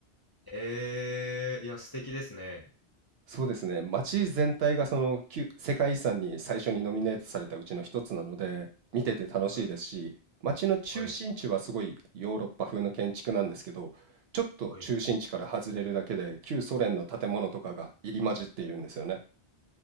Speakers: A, on the left; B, on the right.
A: ええ、いや、素敵ですね。
B: そうですね街全体がその旧世界遺産に最初にノミネートされたうちの一つなので見てて楽しいですし街の中心地はすごいヨーロッパ風の建築なんですけどちょっと中心地から外れるだけで旧ソ連の建物とかが入り混じっているんですよね
A: はい、はい、はい。